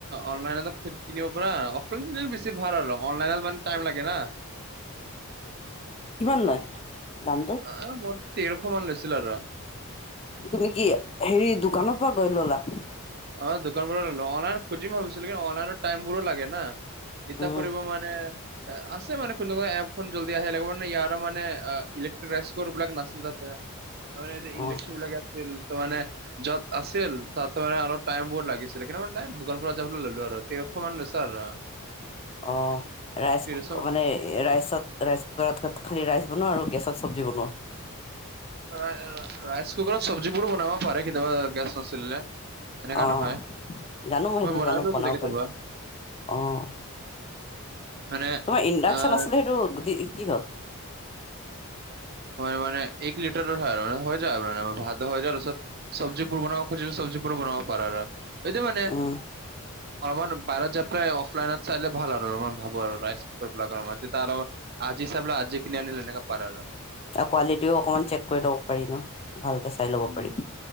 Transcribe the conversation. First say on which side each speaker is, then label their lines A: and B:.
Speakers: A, on the right; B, on the left.
A: অনলাইনত কিনিব পাৰা অ'ফ লাইনত কিনিলে বেছি ভাল আৰু অনলাইনত মানে টাইম লাগে না?
B: কিমান লয় দামটো?
A: অ' মোৰটো তেৰশ মান লৈছিল আৰু।
B: তুমি কি হেৰি দোকানৰ পৰা গৈ ল'লা?
A: অ' দোকান পৰা ল'লো, অনলাইন খুজিম ভিছিলো কি অনলাইনৰ টাইম বোৰো লাগে না। ইতা
B: উম
A: কৰিব মানে আছে মানে কোনো এপখন জল্দি আহে লাগিব মানে ইয়াৰো মানে ইলেক্টিক ৰাইচ বিলাক নাছিলে তাতে। তাৰ মানে ইণ্ডাকচন
B: অ
A: বিলাক আছিল তাৰ মানে য'ত আছিল তাত মানে অলপ টাইম বহু লাগিছিল, কিন্তু মানে দোকান পৰা যাবলৈ ললো আৰু তেৰশ মান লৈছ আৰু।
B: অঁ ৰাইচ
A: তেৰশ
B: কু মানে ৰাইচত ৰাইচ কুকাৰত খালি ৰাইচ বনোৱা আৰু গেছত চব্জি বনোৱা।
A: ৰা ৰাইচ কুকাৰত চব্জিবোৰো বনাবা পাৰে কেতিয়াবা, গেছ নছলিলে, এনেকা
B: অ
A: নহয়
B: জানো সেইটো
A: মই বনাইালো
B: জানো বনাব
A: কেতিাকে
B: পাৰে
A: যাবা।
B: অ',
A: মানে
B: তোমাৰ ইণ্ডাকচন
A: আহ
B: আছিলে সেইটো দি, কি হ'ল?
A: হয় মানে, এক লিটাৰ হয় আৰু মান হৈ যায় মানে ভাত হৈ যায়। চব্জি বনাব খুজিলে, চব্জি বনাব পাৰা আৰু, এটো মানে
B: উম
A: অলপমান বাহিৰত যায় পেলাই, অফলাইনত চালে ভাল আৰু মই ভাবো আৰু, ৰাইচ কুকাৰ বিলাকৰাৰ, তেতিয়া আৰু আজি চাই পেলাই, আজিয়ে কিনি আনিলে সেনেকা পাৰে আৰু।
B: কোৱালিটিও অকমান চেক কৰি ল'ব পাৰি ন', ভালকে চাই ল'ব
A: উম,
B: পাৰি।